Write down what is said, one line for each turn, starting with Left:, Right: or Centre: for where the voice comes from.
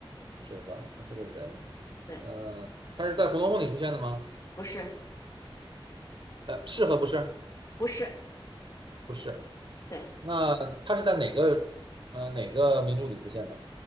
Right: 不是，是吧？他是个人，
Left: 对，
Right: 呃，他是在《红楼梦》里出现的吗？
Left: 不是，
Right: 呃，是和不是？
Left: 不是，
Right: 不是。
Left: 对，
Right: 那他是在哪个呃哪个名著里出现的？